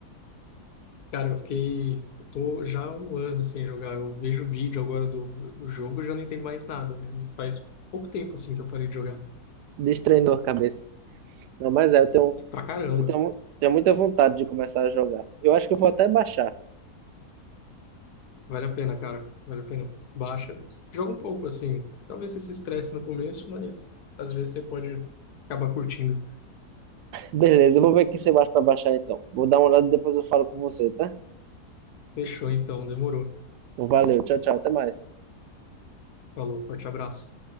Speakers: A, on the left; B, on the right.
A: Cara, eu fiquei. Eu tô já há um ano sem jogar. Eu vejo o vídeo agora do, do jogo e já não entendo mais nada, né? Faz pouco tempo, assim, que eu parei de jogar.
B: Destreinou a cabeça. Não, mas é, eu tenho,
A: Pra caramba.
B: eu tenho, tenho muita vontade de começar a jogar. Eu acho que eu vou até baixar.
A: Vale a pena, cara. Vale a pena. Baixa. Joga um pouco, assim. Talvez você se estresse no começo, mas às vezes você pode acabar curtindo.
B: Beleza, eu vou ver aqui se eu baixo pra baixar então. Vou dar uma olhada e depois eu falo com você, tá?
A: Fechou, então. Demorou.
B: Então, Valeu, tchau, tchau, até mais.
A: Falou. Forte abraço.